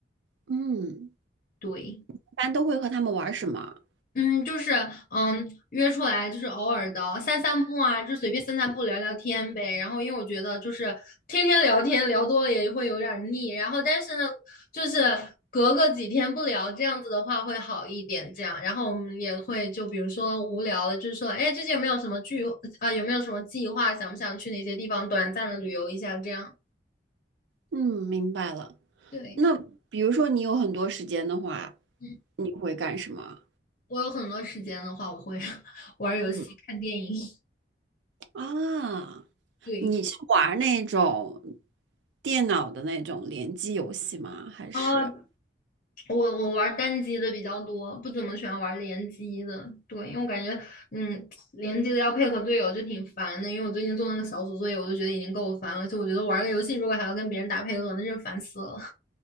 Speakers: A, on the right; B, on the left.
A: 嗯，
B: 对。
A: 一般都会和他们玩什么？
B: 嗯，就是嗯，约出来就是偶尔的散散步啊，就随便散散步聊聊天呗。然后因为我觉得就是天天聊天聊多了也会有点儿腻，然后但是呢，就是隔个几天不聊这样子的话会好一点。这样，然后我们也会就比如说无聊了，就是说，哎，最近有没有什么聚啊、呃有没有什么计划？想不想去哪些地方短暂的旅游一下？这样，
A: 嗯，明白了。
B: 对，
A: 那比如说你有很多时间的话，
B: 嗯，
A: 你会干什么？
B: 我有很多时间的话，我会 <laughs> 玩儿游戏、
A: 嗯
B: 看电影，
A: 啊，
B: <laughs> 对。
A: 你是玩儿那种电脑的那种联机游戏吗？还是？
B: 哦，我我玩单机的比较多，不怎么喜欢玩联机的。对，因为我感觉，嗯，联机的要配合队友就挺烦的。因为我最近做那个小组作业，我都觉得已经够烦了。就我觉得玩个游戏如果还要跟别人打配合，那就烦死了。<laughs>